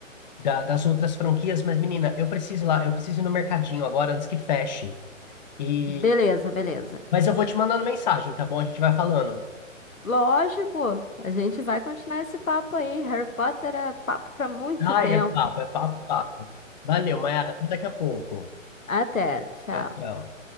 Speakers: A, on the left; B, on the left.
A: da- das outras franquias, mas menina, eu preciso ir lá, eu preciso ir no mercadinho agora antes que feche. E,
B: beleza, beleza.
A: mas eu vou te mandando mensagem, tá bom? A gente vai falando.
B: Lógico, a gente vai continuar esse papo aí. Harry Potter é papo pra muito
A: Ai,
B: tempo.
A: é papo, é papo, papo. Valeu, Mayara, até daqui a pouco.
B: Até, tchau.
A: Tchau, tchau.